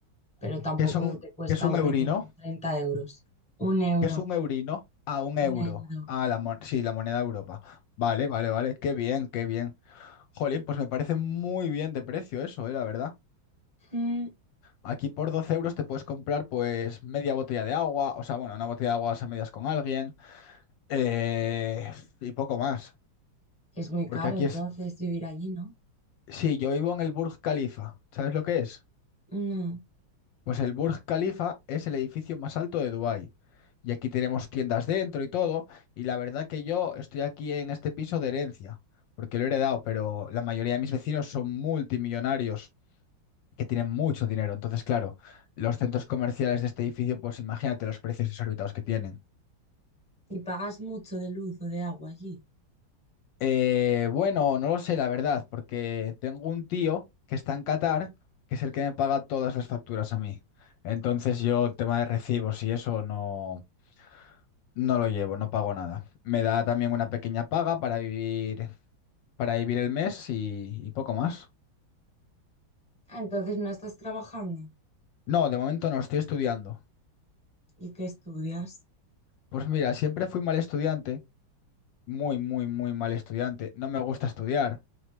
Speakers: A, in the centre; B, on the left.
A: pero tampoco
B: ¿Qué es un,
A: te cuesta
B: qué es un
A: un
B: eurino?
A: menú 30 euros. Un euro,
B: ¿Qué es un eurino? A un euro.
A: un euro.
B: Ah, la mon- sí, la moneda de Europa. Vale, vale, vale. Qué bien, qué bien. Jolín, pues me parece muy bien de precio eso, eh, la verdad.
A: Mm,
B: Aquí por 12 euros te puedes comprar pues media botella de agua, o sea, bueno, una botella de agua a medias con alguien eh, y poco más.
A: Es muy caro
B: Porque aquí
A: entonces
B: es,
A: vivir allí, ¿no?
B: sí, yo vivo en el Burj Khalifa, ¿sabes lo que es?
A: No.
B: Pues el Burj Khalifa es el edificio más alto de Dubái. Y aquí tenemos tiendas dentro y todo. Y la verdad que yo estoy aquí en este piso de herencia, porque lo he heredado, pero la mayoría de mis vecinos son multimillonarios que tienen mucho dinero. Entonces, claro, los centros comerciales de este edificio, pues imagínate los precios exorbitados que tienen.
A: Y pagas mucho de luz o de agua allí.
B: Eh, bueno, no lo sé, la verdad, porque tengo un tío que está en Qatar, que es el que me paga todas las facturas a mí. Entonces yo el tema de recibos y eso no, no lo llevo, no pago nada. Me da también una pequeña paga para vivir, para vivir el mes y, y poco más.
A: Ah, entonces no estás trabajando.
B: No, de momento no, estoy estudiando.
A: ¿Y qué estudias?
B: Pues mira, siempre fui mal estudiante, muy, muy, muy mal estudiante. No me gusta estudiar.